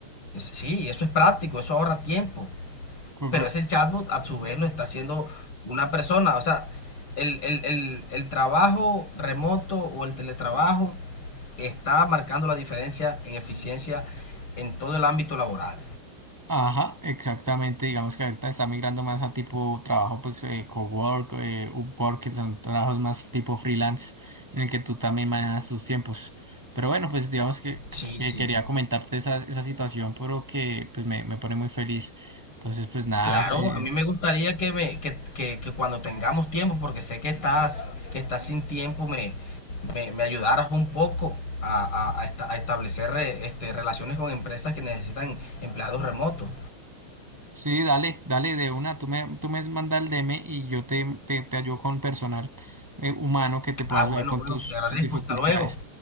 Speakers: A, on the left; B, in the centre.
A: es- sí, eso es práctico, eso ahorra tiempo.
B: sí.
A: Pero ese chatbot a su vez lo está haciendo una persona. O sea, el, el, el, el trabajo remoto o el teletrabajo está marcando la diferencia en eficiencia en todo el ámbito laboral.
B: Ajá, exactamente. Digamos que ahorita está migrando más a tipo trabajo, pues eh, cowork, eh, Upwork, que son trabajos más tipo freelance, en el que tú también manejas tus tiempos. Pero bueno, pues digamos que, que-
A: Sí,
B: que
A: sí.
B: quería comentarte esa, esa situación, pero que pues me, me pone muy feliz. Entonces, pues nada,
A: Claro,
B: eh,
A: a mí me gustaría que, me, que, que, que cuando tengamos tiempo, porque sé que estás, que estás sin tiempo, me, me, me ayudaras un poco a, a- a esta- a establecer re- este, relaciones con empresas que necesitan empleados remotos.
B: sí, dale, dale de una. Tú me, tú me manda el DM y yo te, te, te ayudo con personal eh, humano que te pueda
A: Ah,
B: ayudar
A: bueno,
B: con
A: bueno,
B: tus,
A: te agradezco,
B: tus dificultades.
A: hasta luego.